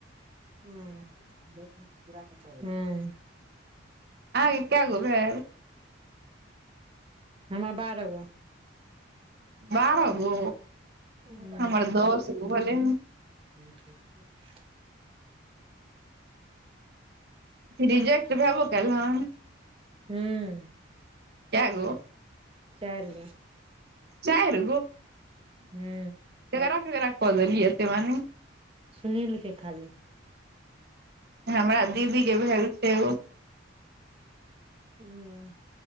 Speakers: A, on the right; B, on the right.
A: ह हँ <unintelligible>
B: अहाँ एक के गो भेल।
A: हमर बारहगो।
B: बारह गो,
A: हूँ
B: हमर दस गो भलैन ह।
A: <inaudible>
B: रिजेक्ट भएबो कैल हन?
A: ह्म्म
B: काएगो?
A: चाइर गो,
B: चारि
A: हू
B: ककरा ककरा क देलीए एतेए बारी?
A: सुनील के खाली।
B: हमरा दीदी के भेल छै ओ।
A: हूं